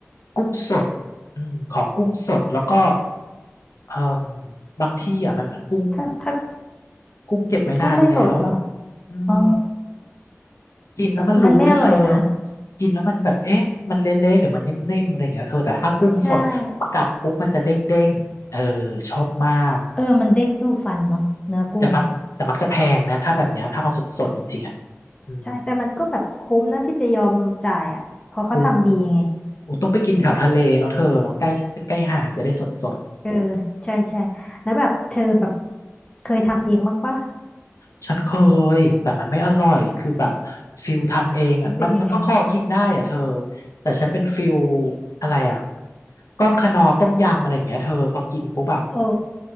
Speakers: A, on the left; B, on the left.
A: กุ้งสดอืมขอกุ้งสดแล้วก็เอ่มบางที่อ่ะมันเหมือนกุ้ง
B: ถ้าถ้า
A: กุ้งเก็บไว้นานแล้วอย่างเงี้ยอืม
B: กุ้งไม่สดเหรออ๋อ
A: กินแล้วมันรู้เลยเธอ
B: มันไม่อร่อยนะ
A: กินแล้วมันแบบเอ๊ะมันเละๆหรือมันนิ่มๆอะไรอย่างเงี้ยเธอแต่ถ้ากุ้งสด
B: ใช่
A: กัดปุ๊บมันจะเด้งๆเออชอบมาก
B: เออมันเด้งสู้ฟันเนาะเนื้อกุ้งอ่ะ
A: แต่มักแต่มักจะแพงนะถ้าแบบเนี้ยถ้าเอาสดๆจริงๆอ่ะอืม
B: ใช่แต่มันก็แบบคุ้มนะที่จะยอมจ่ายอ่ะเพอเขาทำดีไง
A: คุ้มโอ้ต้องไปกินแถวทะเลเนาะเธอเนาะใกล้ใกล้หาดจะได้สด
B: เออใช่ใช่แล้วแบบเธอแบบเคยทำเองบ้างปะ
A: ๆฉันเคยแต่มันไม่อร่อยคือแบบฟิลทำเองอ่ะมันมันก็พอกินได้อ่ะเธอ
B: มันเป็นยังไง
A: แต่ฉันเป็นฟิลอะไรอ่ะก้อนคะนอต้มยำอะไรอย่างเงี้ยเธอพอกินปุ๊บอะ
B: โอ้